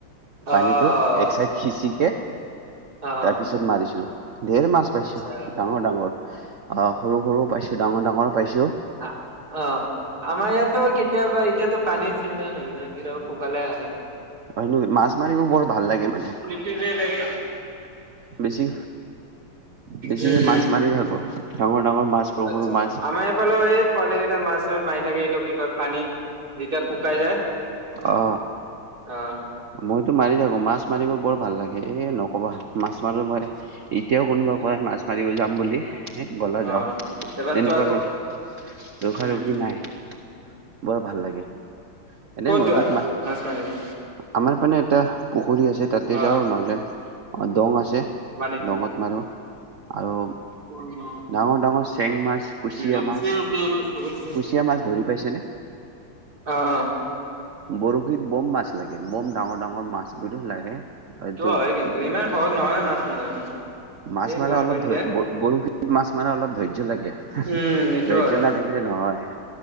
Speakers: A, on the right; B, on the right.
A: অ',
B: পানীটো এক চাইড সিচিকে
A: অ',
B: তাৰ পিছত মাৰিছিলো, ধেৰ মাছ পাইছো
A: আচ্ছা
B: ডাঙৰ - ডাঙৰ। অ সৰু - সৰু পাইছোঁ, ডাঙৰ - ডাঙৰ পাইছোঁ।
A: আ অ, আমাৰ ইয়াতো কেতিয়াবা তিয়া ত পানীৰ চিজান হয় ন কেতিয়াবা শুকালে আহে।
B: হয় নি, মাছ মাৰিবও বৰ ভাল লাগে মানে।
A: <unintelligible>
B: বেছি বেছিকে
A: উম।
B: মাছ মাৰি থাকোঁ। ডাঙৰ - ডাঙৰ মাছ সৰু
A: আচ্ছা,
B: সৰু মাছ
A: আমাৰ এইফালেও এ পোৱালীকেইটা মাছ- চাছ মাৰি থাকে এইটো কি কয় পানী যেতিয়া শুকাই যায়।
B: অ।
A: অ।
B: মইতো মাৰি থাকো, মাছ মাৰিব বৰ ভাল লাগে, এ নকবা মাছ মাৰো মই। এতিয়াও কোনোবা কয় মাছ মাৰিব যাম বুলি হে বলা
A: অ',
B: যাওঁ তেনেকুৱা
A: এইবাৰ তো আকৌ
B: ৰ ৰখা
A: উম,
B: ৰখি নাই। বৰ ভাল লাগে। এনে
A: ক'ত
B: নদীত
A: যোৱা?
B: মা
A: মাছ মাৰিব।
B: আমাৰ পানে এটা পুখুৰী আছে। তাতে
A: অ',
B: যাওঁ নহ'লে অ দং আছে,
A: বানীটো
B: দঙত মাৰোঁ আৰু
A: <inaudible>
B: ডাঙৰ ডাঙৰ চেং মাছ, কুচিয়া
A: <unintelligible>
B: মাছ কুচিয়া মাছ ধৰি পাইছেনে?
A: অ', অ',
B: বৰশীত বম মাছ লাগে, বম ডাঙৰ ডাঙৰ মাছবোৰো লাগে এইটো
A: হয় কিন্তু
B: কি
A: ইমান সহজ নহয় মাছ মৰা
B: মাছ
A: এই
B: মৰা
A: বৰষুণ
B: অলপ ধ
A: যে
B: ব বৰশীত মাছ মৰা অলপ ধৈৰ্য্য লাগে আৰু।
A: উম, এইটো
B: ধৈৰ্য্য
A: হয়
B: নাথাকিলে নহয়